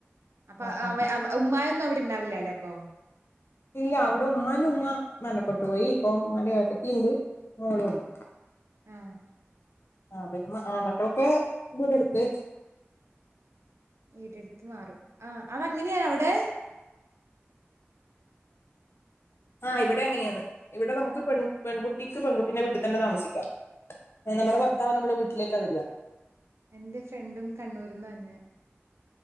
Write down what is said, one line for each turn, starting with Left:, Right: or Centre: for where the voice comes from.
Right: അപ്പോ
Left: ആ ആ
Right: അവ ആവേ ഉമ്മയൊന്നും ഉണ്ടാവില്ല അല്ലെ അപ്പൊ
Left: ഇല്ല അവിടെ ഉമ്മാനുമ്മ മരണപ്പെട്ട് പോയി പ്പൊ ഉമ്മാന്റെ എട്ടത്തിണ്ട് മോളുംണ്ട്
Right: ആ.
Left: ആഹ് പിന്നെ ആൺമക്കളൊക്കെ ഇവീടടുത്ത്
Right: വീടെടുത്ത് മാറും. ആഹ അത അങ്ങനെയാണ അവിടെ
Left: ആഹ് ഇവിടെ എങ്ങനെയാണ് ഇവിടെ നമുക്ക് പെൺ പെൺകുട്ടിക്ക് പെൺകുട്ടീടെ വീട്ടിൽ തന്നെ താമസിക്കാം
Right: ആ
Left: നമ്മുടെ ഭർത്താവ്
Right: മനസ്സിലായി.
Left: നമ്മെ വീട്ടിലേക്കാ വരിക
Right: എന്റെ ഫ്രണ്ടും കണ്ണൂരന്ന് തന്നെ